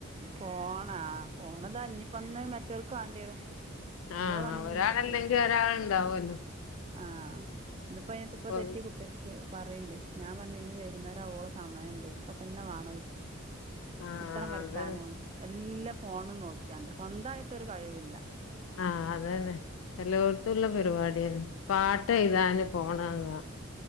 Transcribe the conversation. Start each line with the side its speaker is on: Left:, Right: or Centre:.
Right: ഫോൺ ആഹ് ഫോൺ ഇതാ ഇനിപ്പോ ഇന്ന് മറ്റോൽക്ക് വേണ്ടി വരും അമ്മളെ
Left: ആഹ്
Right: പണിയൊന്നും
Left: ഒരാളല്ലെങ്കി
Right: നടക്കൂല
Left: ഒരാള്ണ്ടാവല്ലോ
Right: ആഹ് ഇന്നിപ്പോ അയ്ന്
Left: ഓല്
Right: തെറ്റി കുത്തിരക്ക്‌ പറയ്ണ്ട് ഞാൻ പറഞ്ഞ് നീ വൈകുന്നേരം ആവോള സമയണ്ട് ഇപ്പത്തന്നെ വാണോ ഒരിക്ക്
Left: ആഹ്
Right: ത്രം വരക്കാനും
Left: അതന്നെ
Right: എല്ല ഫോൺ നോക്കിയാണ്ട് സ്വന്തായിട്ട് ഒരു കഴിവുല്ല
Left: ആഹ് അതന്നെ എല്ലോട്ത്തുള്ള പരിപാടിയന്നെ പാട്ട് എയ്താന് ഫോണാങ്ങ